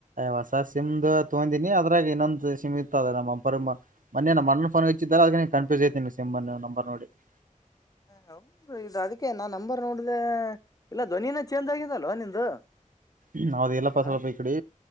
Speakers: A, on the right; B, on the left.
A: ಹೊಸ ಸಿಮ್ದು ತೊಗೊಂಡಿನಿ ಅದ್ರಾಗ ಇನ್ನೊಂದು ಸಿಮ್ ನಮ್ಮ <unintelligible> ನಮ್ಮನ್ಣ ಫೋನ್ ಹಚ್ಚಿದಿದ್ದಾರೆ ಅದ ಕನ್ಫ್ಯೂಸ್ ಐತನಿ ಸಿಮ್ ಮ ನಂಬರ್ ನೋಡಿ. <unintelligible>
B: ಹ ಇದು ಅದಕ್ಕೆ ನಾ ನಂಬರ್ ನೋಡ್ದೆ ಇಲ್ಲ ಧ್ವನಿನ ಚೇಂಜ್ ಆಗಿದಲ್ಲೊ ನಿಂದು.
A: ಹ್ಮ ಅದು ಎಲ್ಲಪ್ಪ
B: ಹ
A: ಸಲ್ಪ ಈ ಕಡಿ.